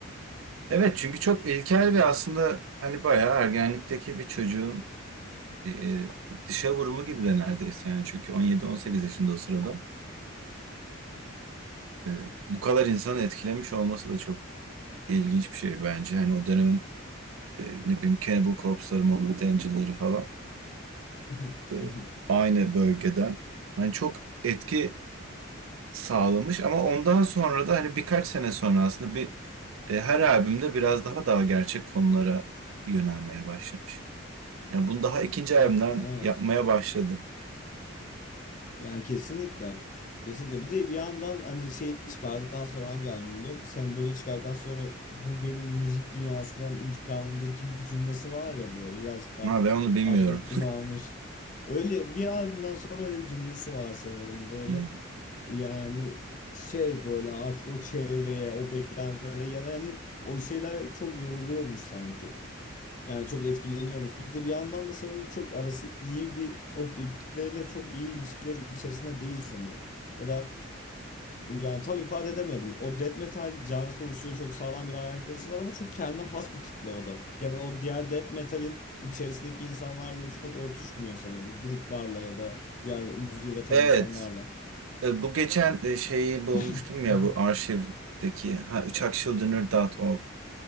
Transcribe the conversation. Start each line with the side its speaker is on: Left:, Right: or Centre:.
Right: Evet çünkü çok ilkel ve aslında hani bayağı ergenlikteki bir çocuğun e, e, dışa vurumu gibi de neredeyse yani çünkü on 18 yaşında o sırada e, bu kadar insanı etkilemiş olması da çok ilginç bir şey bence. Hani o dönemin e, ne bileyim Cannibal Corpse'ları, Morbid Angel'ları falan
Left: <laughs>
Right: e, aynı bölgeden hani çok etki sağlamış ama ondan sonra da hani birkaç sene sonra aslında bir e, her albümde biraz daha daha gerçek konulara yönelmeye başlamış. Yani bunu daha ikinci
Left: Ya
Right: albümden
Left: evet.
Right: yapmaya başladı.
Left: Yani kesinlikle. Kesinlikle. Bir de bir yandan hani şeyi çıkardıktan sonra hangi albümde? Sembolü çıkardıktan sonra bu benim müzik dünyasından intikamımdır gibi bir cümlesi var ya böyle birazcık daha
Right: Ha ben onu bilmiyorum.
Left: artık o bunu almış. Öyle bir albümden sonra öyle bir cümlesi var sanırım böyle.
Right: Hmm.
Left: Yani şey böyle artık o çevreye, o beklentilere ya da hani o şeyler çok yoruluyormuş sanki. Yani çok etkileniyormuş. Bir de bir yandan da sanırım çok arası iyi bir o kitleyle çok iyi ilişkiler içerisinde değil sanırım. Ya da yani tam ifade edemedim. O death metal canlısı oluşuyor çok sağlam bir hayran kitlesi var ama çok kendine has bir kitle o da. Yani o diğer death metal'in içerisindeki insanlarla çok örtüşmüyor sanırım. Gruplarla ya da diğer müziği üreten
Right: Evet.
Left: insanlarla.
Right: E, Bu geçen e, şeyi bulmuştum
Left: <laughs>
Right: ya bu arşivdeki ha, uçakchildren'ı.org.